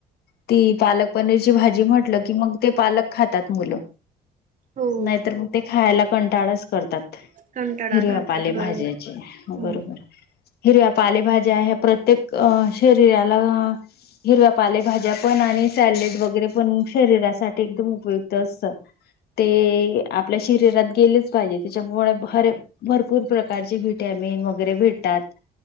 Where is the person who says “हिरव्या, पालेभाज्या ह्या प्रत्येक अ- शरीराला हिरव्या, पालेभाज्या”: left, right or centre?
Left